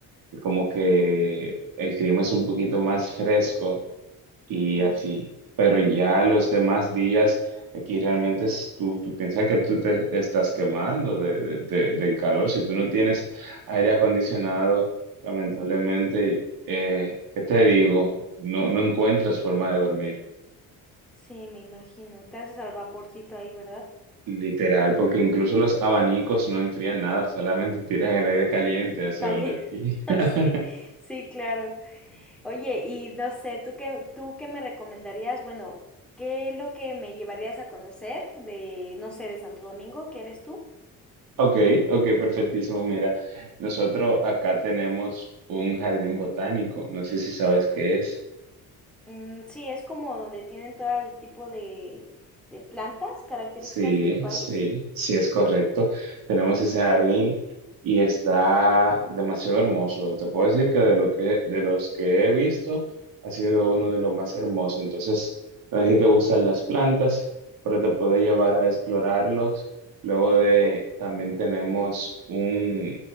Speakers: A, on the right; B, in the centre.
A: que como que el clima es un poquito más fresco y
B: Ujú,
A: así. Pero ya los demás días, aquí realmente es- tú, tú piensas que tú te estás quemando de, de- de- del calor. Si tú no tienes aire acondicionado, lamentablemente, eh, ¿qué te digo? No, no encuentras forma de dormir.
B: Sí, me imagino. Te haces al vaporcito ahí, ¿verdad?
A: Literal, porque incluso los abanicos no enfrían nada, solamente tiran el aire caliente hacia
B: Caliente.
A: donde ti.
B: <laughs>
A: <laughs>
B: Sí, sí, claro. Oye, y no sé, ¿tú qué, tú qué me recomendarías? Bueno, ¿qué es lo que me llevarías a conocer de, no sé, de Santo Domingo? ¿Qué eres tú?
A: Ok, ok, perfectísimo. Mira, nosotros acá tenemos un jardín botánico. No sé si sabes qué es.
B: Mm, sí, es como donde tienen todo el tipo de, de plantas características
A: Sí,
B: de su país.
A: sí, sí es correcto. Tenemos ese jardín y está demasiado hermoso. Te puedo decir que de lo que, de los que he visto, ha sido uno de los más hermosos. Entonces, no sé si te gustan las plantas, pero te puedo llevar a explorarlos. Luego de, también tenemos un,